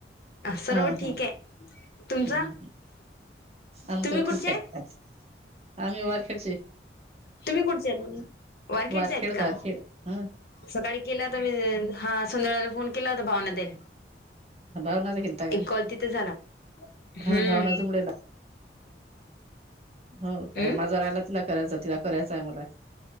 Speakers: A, on the left; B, on the right.
A: सर्व
B: हा
A: ठीक
B: हा
A: आहे
B: हम्म
A: तुमचा
B: आमचं
A: तुम्ही कुठचे
B: ठीक आहे आम्ही वारखेडचे
A: तुम्ही कुठचे आहेत वारखेटचे
B: वारखेड
A: आहेत का
B: वारखेड हा
A: सकाळी केलं तर मी हा संध्याळला फोन केला होता भावना तेन
B: भावनाचा केलता का?
A: एक कॉल तिथं झाला हम
B: हा भावनाचा मुडेला हो काय
A: हम्म
B: माझा राहायलाच ना करायचा तिला करायचं आहे मला